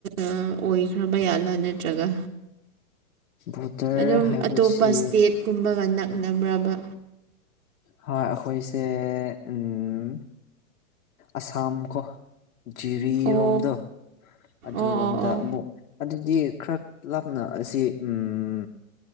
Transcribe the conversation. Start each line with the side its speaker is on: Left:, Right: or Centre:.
Right: ꯑꯣꯏꯈ꯭ꯔꯕ ꯌꯥꯠꯂꯥ ꯅꯠꯇ꯭ꯔꯒ
Left: ꯕꯣꯔꯗꯔ
Right: ꯑꯗꯨꯝ
Left: ꯍꯥꯏꯕꯁꯤ
Right: ꯑꯇꯣꯞꯄ ꯏꯁꯇꯦꯠꯀꯨꯝꯕꯒ ꯅꯛꯅꯕ꯭ꯔꯕ
Left: ꯍꯣꯏ ꯑꯈꯣꯏꯁꯦ ꯎꯝ ꯑꯁꯥꯝ ꯀꯣ ꯖꯤꯔꯤꯔꯣꯝꯗꯣ
Right: ꯑꯣ
Left: ꯑꯗꯨꯔꯣꯝꯗ
Right: ꯑꯣ ꯑꯣ ꯑꯣ
Left: ꯑꯃꯨꯛ ꯑꯗꯨꯗꯤ ꯈꯔ ꯂꯥꯞꯅ ꯑꯁꯤ ꯎꯝ